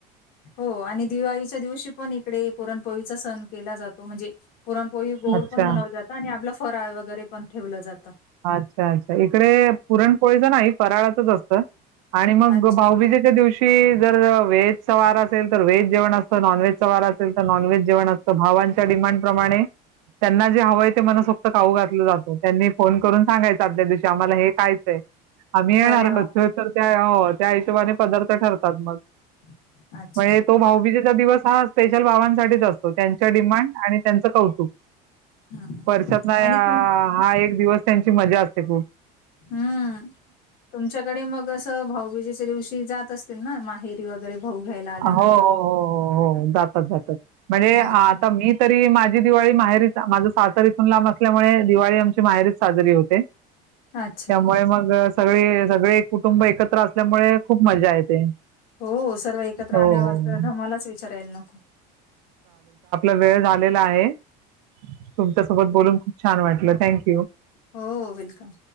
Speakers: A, on the left (about 50°); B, on the right (about 85°).
A: हो आणि दिवाळीच्या दिवशी पण इकडे, पुरणपोळीचा सण केला जातो. म्हणजे पुरणपोळी गोड
B: अच्छा,
A: पण बनवलं जातं. आणि आपलं फराळ वगैरे पण ठेवलं जातं.
B: अच्छा अच्छा! इकडे पुरणपोळीच नाही फराळाचंच असतं आणि मग,
A: अच्छा
B: भाऊबीजेच्या दिवशी जर व्हेज चा वार असेल, तर व्हेज जेवण असतं. नॉनव्हेज चा वार असेल, तर नॉनव्हेज जेवण असतं. भावांच्या नं प्रमाणे त्यांना जे हवंय ते मनसोक्त खाऊ घातलं जात. त्यांनी फोन करून सांगायचं आदल्या दिवशी आम्हाला हे खायचंय. आम्ही येणार
A: अरे
B: आहोत,
A: वा
B: तर त्या त्या हिशोबाने पदार्थ ठरतात मग
A: <unintelligible>
B: म्हणजे, तो भाऊबीजेचा दिवस हा स्पेशल भावांसाठीच असतो. त्यांच डिमांड आणि त्यांचं कौतुक.
A: <inaudible> हा.
B: वर्षा तन
A: आणि तुम
B: हा एक दिवस त्यांची मजा असते, खूप.
A: हम्म! तुमच्या डे मग असं भाऊबीजेच्या दिवशी जात असतील, ना माहेरी वगैरे भाऊ घ्यायला आल्यानंतर
B: हो हो हो हो हो जातात जातात म्हणजे,
A: हा
B: आता मी तरी, माझ माझी दिवाळी माहेरी माझं सासरी इथून लांब, असल्यामुळे दिवाळी आमची माहेरीच साजरी होते.
A: अच्छा
B: त्यामुळे मग, सगळे सगळे कुटुंब एकत्र, असल्यामुळे खूप मजा येते.
A: हो सर्व एकत्र
B: हो,
A: आल्यावर
B: हो.
A: तर धमालाच विचाराला नको,
B: वेळझालेला आहे. तुमच्या सोबत बोलून खूप छान वाटलं. थँक्यू
A: हो वेलकम,